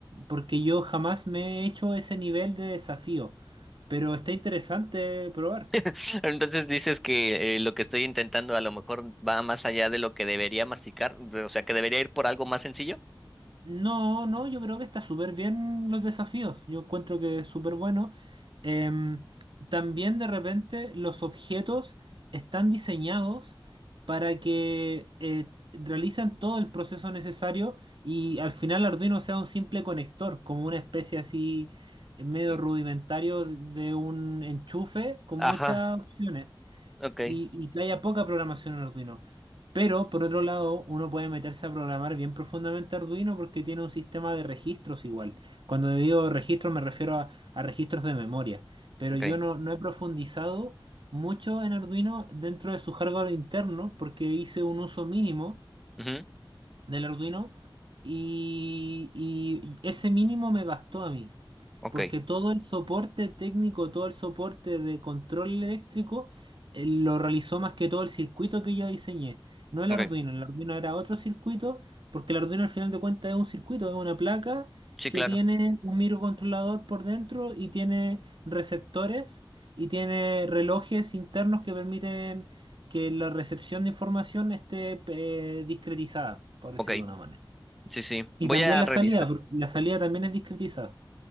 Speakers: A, on the right (about 65°); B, in the centre.
A: porque yo jamás me he hecho ese nivel de desafío, pero está interesante probar.
B: <laughs> Entonces dices que eh, lo que estoy intentando a lo mejor va más allá de lo que debería masticar, de- o sea, que debería ir por algo más sencillo.
A: No, no, yo creo que está súper bien los desafíos. Yo encuentro que es súper bueno. Em, también de repente los objetos están diseñados para que eh, realizan todo el proceso necesario y al final Arduino sea un simple conector, como una especie así medio
B: Mm,
A: rudimentario de un enchufe con
B: Ajá,
A: muchas opciones
B: ok,
A: y, y que haya poca programación en Arduino. Pero por otro lado, uno puede meterse a programar bien profundamente Arduino porque tiene un sistema de registros igual. Cuando digo registros me refiero a, a registros de memoria. Pero
B: ok,
A: yo no, no he profundizado mucho en Arduino dentro de su hardware interno porque hice un uso mínimo
B: ujú,
A: del Arduino y, y ese mínimo me bastó a mí.
B: ok,
A: Porque todo el soporte técnico, todo el soporte de control eléctrico, eh, lo realizó más que todo el circuito que yo diseñé. No el
B: ok.
A: Arduino, el Arduino era otro circuito, porque el Arduino al final de cuentas es un circuito, es una placa
B: Sí,
A: que
B: claro,
A: tiene un microcontrolador por dentro y tiene receptores y tiene relojes internos que permiten que la recepción de información esté eh, discretizada, por decirlo
B: ok.
A: de una manera.
B: Sí, sí.
A: Y
B: Voy
A: también
B: a
A: la
B: revisar,
A: salida, porque la salida también es discretizada.